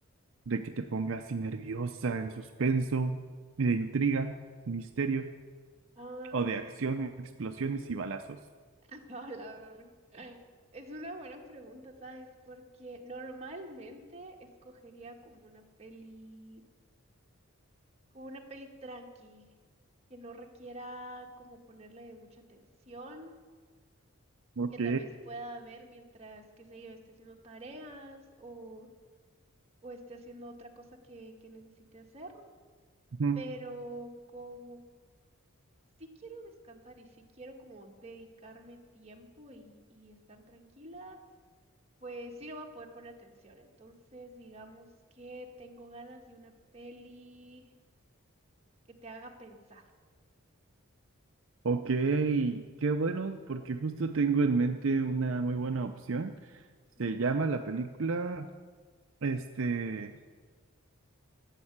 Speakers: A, on the right; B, on the right.
A: de que te ponga así nerviosa, en suspenso, de intriga, misterio,
B: Ah,
A: o
B: pues
A: de acción,
B: es...
A: explosiones y balazos.
B: <laughs> no, la verdad, <laughs> Es una buena pregunta, ¿sabes? Porque normalmente escogería como una peli, como una peli tranqui, que no requiera como ponerle mucha atención,
A: Ok,
B: que tal vez pueda ver mientras, qué sé yo, esté haciendo tareas o, o esté haciendo otra cosa que, que necesite hacer.
A: Ujú.
B: pero como sí quiero descansar y sí quiero como dedicarme tiempo y, y estar tranquila, pues sí lo voy a poder poner atención. Entonces, digamos que tengo ganas de una peli que te haga pensar.
A: ok, qué bueno, porque justo tengo en mente una muy buena opción.
B: <clears throat>
A: Se
B: Ujú.
A: llama la película, este,